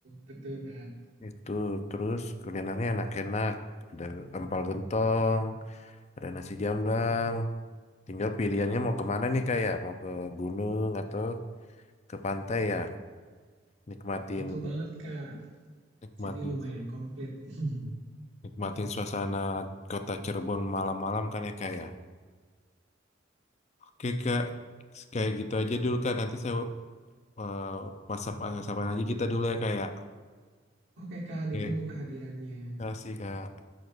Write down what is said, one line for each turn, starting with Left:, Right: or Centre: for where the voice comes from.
Right: betul, Kak.
Left: Itu terus kulinernya enak-enak. Ada empal gentong, ada nasi jamblang. Tinggal pilihannya mau kemana nih kayak mau ke gunung atau ke pantai ya nikmatin
Right: Betul banget, Kak.
Left: nikmatin
Right: Jadi lumayan komplit. <laughs>
Left: nikmatin suasana kota Cirebon malam-malam kan ya kak ya oke kak kayak gitu aja dulu kak nanti saya eh, WhatsApp WhatsAppan aja kita dulu ya kak ya
Right: Oke, Kak, ditunggu
Left: oke
Right: kehadirannya.
Left: terima kasih kak